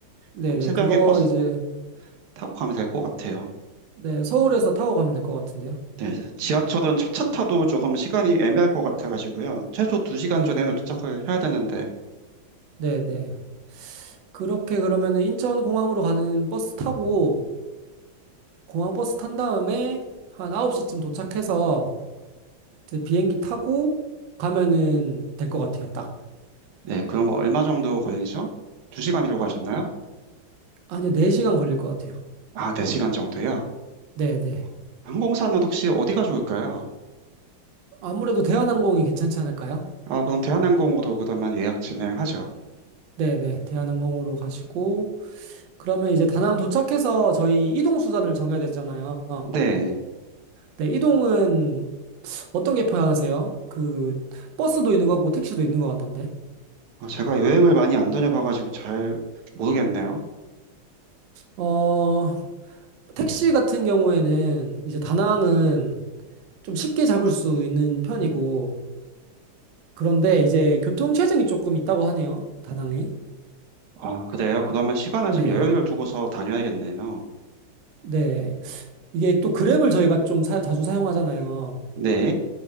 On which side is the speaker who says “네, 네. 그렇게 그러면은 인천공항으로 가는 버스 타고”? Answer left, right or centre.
Right